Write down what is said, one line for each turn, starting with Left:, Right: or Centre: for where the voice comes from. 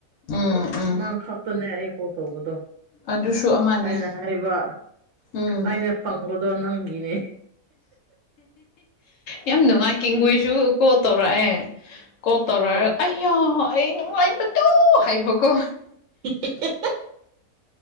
Left: ꯎꯝ ꯎꯝ
Right: ꯅꯪ ꯈꯥꯛꯇꯅꯦ ꯑꯩ ꯀꯣꯜ ꯇꯧꯕꯗꯣ
Left: ꯑꯗꯨꯁꯨ ꯑꯃꯅꯤ
Right: ꯑꯩꯅ ꯍꯥꯏꯕ
Left: ꯎꯝ
Right: ꯑꯩꯅ ꯐꯪꯕꯗꯣ ꯅꯪꯒꯤꯅꯦ
Left: ꯌꯥꯝ ꯅꯨꯉꯥꯏ ꯀꯦꯡꯒꯣꯏꯁꯨ ꯀꯣꯜ ꯇꯧꯔꯑꯦ ꯀꯣ ꯇꯧꯔꯑꯒ
Right: ꯑꯣ
Left: ꯑꯩꯌꯥ ꯑꯩ ꯅꯨꯉꯥꯏꯕꯗꯨꯨ ꯍꯥꯏꯕꯀꯣ
Right: <unintelligible>